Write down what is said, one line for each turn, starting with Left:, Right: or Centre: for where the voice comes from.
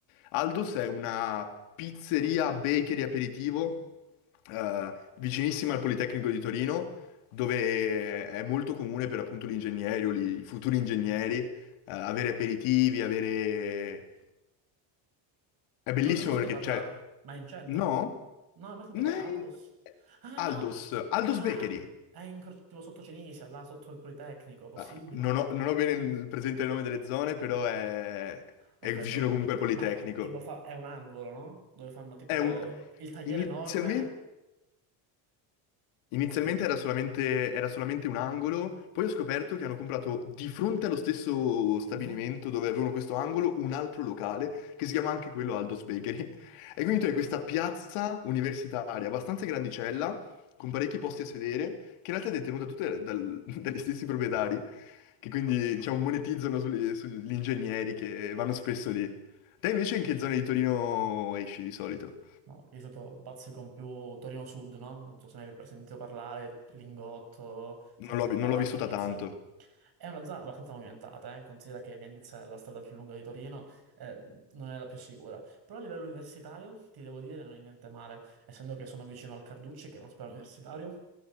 Left: Aldos è una pizzeria, bakery, aperitivo eh, vicinissima al Politecnico di Torino dove è molto comune per appunto gli ingegneri o gli- i futuri ingegneri eh, avere aperitivi, avere... È bellissimo
Right: Non ne ho mai sentito
Left: perché
Right: parlare,
Left: c'è...
Right: ma è in centro?
Left: No?
Right: Non ho mai sentito
Left: Ne-
Right: parlare. Aldos? Ah,
Left: Aldos, Aldos
Right: ah,
Left: Bakery.
Right: ah, è in, cro- tipo sotto Cenisia, là sotto il Politecnico, possibile?
Left: Ah, Non ho, non ho bene il- presente il nome delle zone, però è,
Right: Ho
Left: è
Right: capito.
Left: vicino comunque al Politecnico.
Right: Ma tipo fa... è un angolo, no? Dove fanno tipo
Left: È un...
Right: il tagliere
Left: Inizialmente...
Right: enorme.
Left: Inizialmente
Right: Ho capito.
Left: era solamente, era solamente un angolo, poi ho scoperto che hanno comprato di fronte allo stesso stabilimento
Right: Mhm.
Left: dove avevano questo angolo un altro locale che si chiama anche quello Aldo's Bakery. <laughs> E quindi
Right: Ok.
Left: tu hai questa piazza universitaria abbastanza grandicella, con parecchi posti a sedere, che in realtà è detenuta tutta dal- <laughs> dagli stessi proprietari, che quindi diciamo monetizzano sugli, sugli ingegneri che vanno spesso lì. Te invece in che zone di Torino esci di solito?
Right: No, io sono bazzico più Torino Sud, no? Non so se ne hai mai sentito parlare, Lingotto, San
Left: Non l'ho
Right: Salvario,
Left: non l'ho vissuta
Right: Nizza.
Left: tanto.
Right: È una zona abbastanza movimentata, eh, Considera che Viareggio è la strada più lunga di Torino, eh, non è la più sicura. Però a livello universitario, ti devo dire, non è niente male, essendo che sono vicino al Carducci, che è un ospedale universitario,